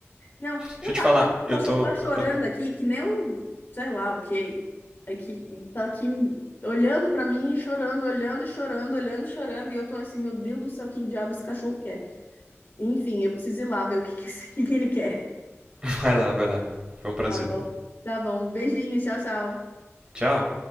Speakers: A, on the left; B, on the right.
A: Não, então
B: Deixa eu te
A: tá,
B: falar,
A: olha, o
B: eu
A: cachorro
B: tô.
A: tá chorando
B: eu-
A: aqui, que nem um, sei lá o quê. É que tá aqui olhando pra mim, e chorando, olhando e chorando, olhando e chorando, e eu tô assim, meu Deus do céu, o que diabo esse cachorro quer? Enfim, eu preciso ir lá ver o que que, esse- <laughs> o que que ele quer.
B: <laughs> Vai lá, vai lá. Foi um prazer.
A: Tá bom. Tá bom, beijinho, tchau, tchau.
B: Tchau.